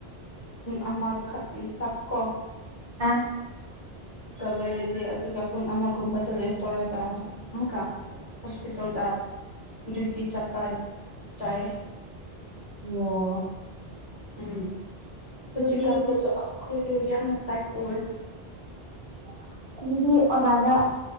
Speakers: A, on the left; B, on the right.
A: ꯑꯃ ꯇꯛꯣ
B: ꯑ
A: ꯂꯣꯏꯔꯗꯤ ꯑꯗꯨꯒ ꯄꯨꯡ ꯑꯃꯒꯨꯝꯕꯗ ꯔꯦꯁ ꯇꯧꯔꯒ ꯑꯃꯨꯛꯀ ꯍꯁꯄꯤꯇꯥꯜꯗ ꯏꯇꯤ ꯆꯞꯄꯜ ꯆꯔ
B: ꯑꯣ
A: ꯎꯝ
B: ꯑꯗꯨꯗꯤ
A: ꯍꯧꯖꯤ ꯀꯥꯟꯗꯗ ꯑꯈꯣꯏ ꯁꯤ ꯌꯥꯝꯅ ꯇꯥꯏ ꯑꯣꯏꯑꯦ
B: <unintelligible> ꯑꯗꯨꯗꯤ ꯑꯣꯖꯥꯗ